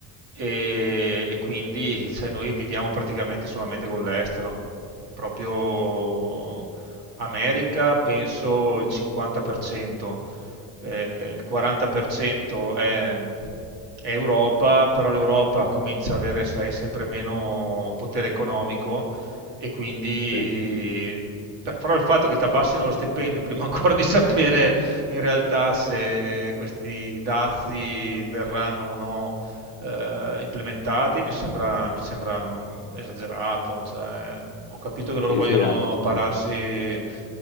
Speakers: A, on the right; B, on the left.
A: e, e quindi cioè, noi viviamo praticamente solamente con l'estero. Proprio America penso il 50%, eh, il 40% è, è Europa, però l'Europa comincia ad avere, sai, sempre meno potere economico e quindi
B: Sì,
A: per- però il fatto che ti abbassino lo stipendio prima <laughs> ancora di sapere in realtà se questi dazi verranno o no eh, implementati mi sembra, mi sembra mm, esagerato, cioè, ho capito che loro
B: sì,
A: vogliono
B: sì, anche.
A: pararsi,